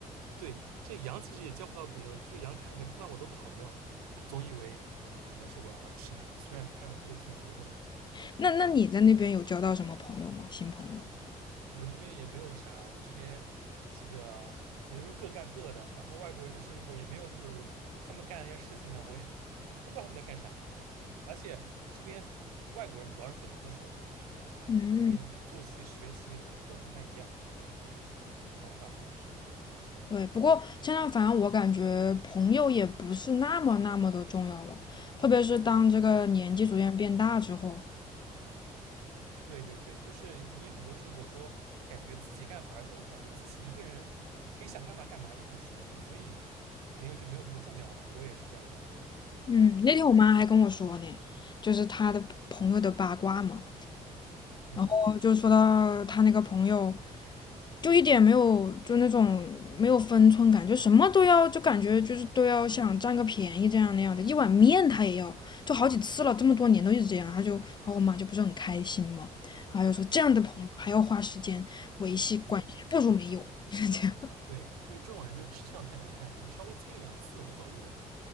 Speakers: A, on the right; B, on the left.
A: 对，这羊其实也交不到朋友，这个羊看没看到我都跑掉，它总以为可能是我要吃它，虽然它看上去的确挺肥美的，
B: <laughs> 那那你在那边有交到什么朋友吗？新朋友？
A: 我这边也没有啥，我这边这个。也都是各干各的，然后外国人的生活也没有那么如他们干一些事情呢，我也，我不知道他们在干啥，而且这边外国人主要是本科生，
B: 嗯。
A: 所以作息学习很都不太一样的这个方法方式。
B: 对，不过现在反正我感觉朋友也不是那么那么的重要了，特别是当这个年纪逐渐变大之后。
A: 对，对对对，就是你很多事情有时候感觉自己干反而更好，就自己一个人可以想干嘛干嘛，就很舒服，所以朋友就没有那么重要了。我也是这样感觉的。
B: 嗯，那天我妈还跟我说呢，就是她的朋友的八卦嘛，
A: 嗯
B: 哦，就说到她那个朋友，就一点没有就那种没有分寸感，就什么都要，就感觉就是都要想占个便宜这样那样的。一碗面他也要，就好几次了，这么多年都一直这样。他就，然后我妈就不是很开心嘛，然后就说这样的朋友还要花时间维系关系，
A: 嗯，
B: 不如没有，就是这样。
A: 对，就是这种人就是吃相太难看，你稍微蹭一两次无所谓的，